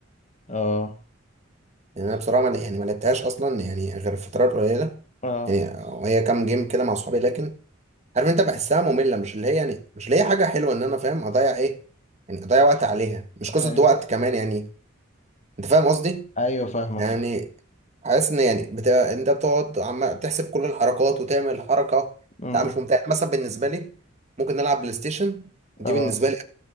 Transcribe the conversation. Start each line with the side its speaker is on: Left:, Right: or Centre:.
Left: اه
Right: يعني انا بصراحه ما- يعني ما لعبتهاش اصلا يعني غير فترات قليله
Left: اه
Right: يعني هي كام جيم كده مع اصحابي لكن عارف انت بحسها ممله مش اللي هي يعني مش اللي هي حاجه حلوه ان انا فاهم اضيع ايه يعني اضيع وقت عليها مش قصه
Left: اي
Right: ده وقت كمان يعني انت فاهم قصدي
Left: ايوه فاهمك
Right: يعني
Left: فاهم
Right: حاسس ان يعني بتاع انت بتقعد عم تحسب كل الحركات وتعمل حركه
Left: أمم،
Right: لا مش ممتع يعني مثلا بالنسبه لي ممكن نلعب بلاي ستيشن دي
Left: اه
Right: بالنسبه لي